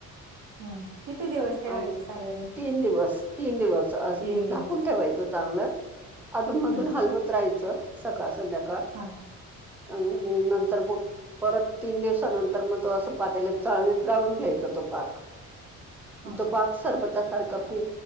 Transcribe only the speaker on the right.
हम्म किती दिवस? ठेवायचे
साधारण?
तीन
दिवस
हम्म.
हा
ओके
हा